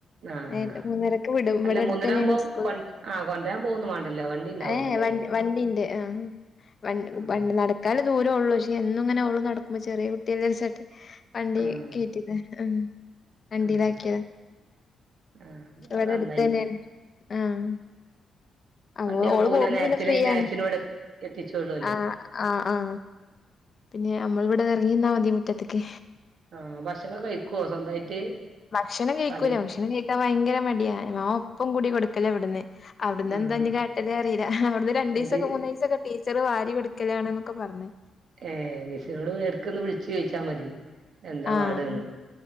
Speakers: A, on the right; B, on the left.
A: ആഹ്
B: നേരെ മൂന്നരക്ക് വിടും ഇവിടെ
A: അല്ല
B: അടുത്ത്
A: മൂന്നരാവുമ്പോ
B: തന്നെയാണ് സ്കൂള്
A: കൊ ആഹ് കൊണ്ടരാൻ പോവൊന്നും വാണ്ടല്ലോ വണ്ടി ഉണ്ടാവൂലല്ലേ
B: ഏ എ വണ്ടി വണ്ടിണ്ട് ആഹ് വണ്ട് ഉപ്പായൊണ്ട്നടക്കാനൊ
A: ആഹ്
B: ദൂരോ ഒള്ളു പക്ഷേ എന്നും ഇങ്ങന ഓള് നടക്കുമ്പ ചെറിയ കുട്ടിയല്ലെച്ചട്ട് വണ്ടീ
A: ആഹ്
B: കേറ്റിത് എഹ് വണ്ടിയിലാക്കിയത്
A: ആഹ് ആഹ് അത്
B: ഇവടെ
A: നന്നായി
B: അടുത്തന്നെയാണ് ആഹ് അ
A: വണ്ടിയാവുമ്പോ
B: ഓ ഓള്
A: ഓല്
B: പോകുമ്പ
A: ആ വണ്ടി പോല നേരത്തിന്
B: പിന്നെ ഫ്രീയാണ്.
A: നേരത്തിന് ഇവിടെ എത്തിച്ചോളൊല്ലോ
B: ആ ആ ആഹ പിന്നെ നമ്മൾ ഇവ്ടെ എറങ്ങി നിന്നാ മതി മുറ്റത്തക്ക്
A: ആഹ് ഭക്ഷണം കഴിക്കോ സ്വന്തായിട്ട്
B: ഭക്ഷണം കഴിക്കൂല.
A: അതെ
B: ഭക്ഷണം കഴിക്കാൻ ഭയങ്കര മടിയാ മാ ഉ ഉപ്പും കൂടി കൊടുക്കല്ലോ ഇവിടുന്ന് അവിടുന്നൻ
A: ആഹ്
B: ദെഞ്ഞ് കാട്ടല് അറിയില്ല അവിടുന്ന് രണ്ടിയ്സൊക്ക
A: അത്
B: മൂന്ന്‌വയ്സൊക്ക ടീച്ചറ് വാരി കൊടുക്കലാണന്നൊക്ക പറഞ്ഞ്
A: ഏ മിസ്സിനോട് പേർക്കൊന്ന് വിളിച്ചു ചോിച്ചാ മതി എന്താ
B: ആഹ്
A: പാട്ന്ന്